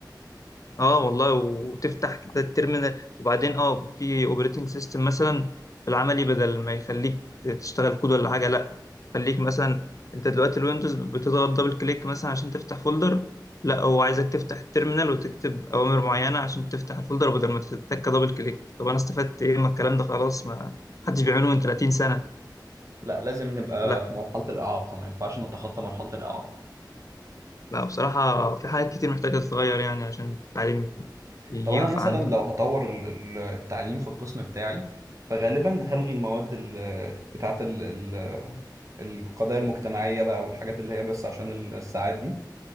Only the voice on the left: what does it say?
اه والله وتفتح كده الترمينال وبعدين اه في اوبريتنج سيستم مثلا في العملي بدل ما يخليك تشتغل كود ولا حاجه لا خليك مثلا انت دلوقتي الويندوز بتضغط دبل كليك مثلا عشان تفتح فولدر لا هو عايزك تفتح الترمينال وتكتب اوامر معينه عشان تفتح الفولدر بدل ما تتك دبل كليك طب انا استفدت ايه من الكلام ده خلاص ما حدش بيعمله من 30 سنه
لا
لا بصراحة في حاجات كتير محتاجة تتغير يعني عشان التعليم ينفع
عندنا